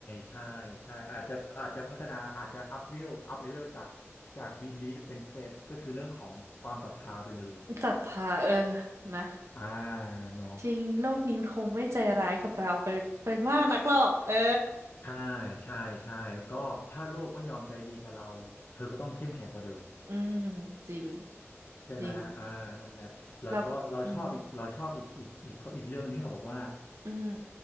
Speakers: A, on the left; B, on the right.
A: ใช่ใช่อาจจะอาจจะพัฒนาอาจจะอัพเลเวลอัพเลเวลจากจาก belief เป็น faith ก็คือเรื่องของความศรัทธาไปเลยอ่ะ
B: ศรัทธาเออนะ
A: อ่าเนาะ
B: จริงโลกนี้มันคงไม่ใจร้ายกับเราไปไปมากนักหรอกเออ
A: ใช่ใช่ใช่ก็ถ้าโลกไม่ยอมใจดีกับเราเธอก็ต้องเข้มแข็งกว่าเดิม
B: อืมจริง
A: ใช่ไหมอ่านั่นแหละแล้วก็เราชอบอีกเราชอบอีกอีกอีกข้ออีกเรื่องนี้เขาบอกว่า
B: จริงเราอืมอืม